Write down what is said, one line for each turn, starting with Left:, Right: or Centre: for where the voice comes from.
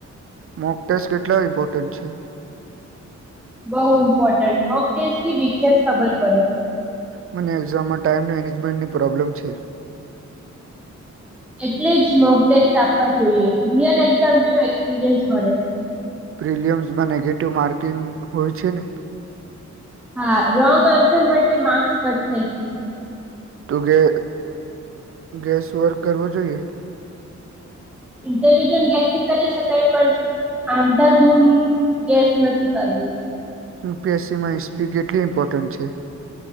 Right: મોક ટેસ્ટ કેટલા ઇમ્પોર્ટન્ટ છે
Centre: બઉુ ઇમ્પોર્ટન્ટ મગ ટેસ્ટ વીકનેસ ખબર પડે
Right: મને એક્ઝામમાં ટાઈમ મેનેજમેન્ટની પ્રોબ્લેમ છે
Centre: એટલી જ મોક ટેસ્ટ આપવા જોઈએ રિયલ એક્ઝામ જેમ એક્સપિરિયન્સ મળે
Right: પ્રિલિયમ્સમાં નેગેટિવ માર્કિંગ હોય છે ને
Centre: હા રોંગ આન્સર માટે માર્ક્સ કટ થાય છે.
Right: તો ગે ગેસ વર્ક કરવો જોઈએ.
Centre: ઇન્ટેલિજન્ટ ગેસિંગ કરી શકાય પણ આંધાધુન ગેસ નથી કરવું.
Right: યુ પી એસ સી માં હિસ્ટ્રી કેટલી ઇમ્પોર્ટન્ટ છે?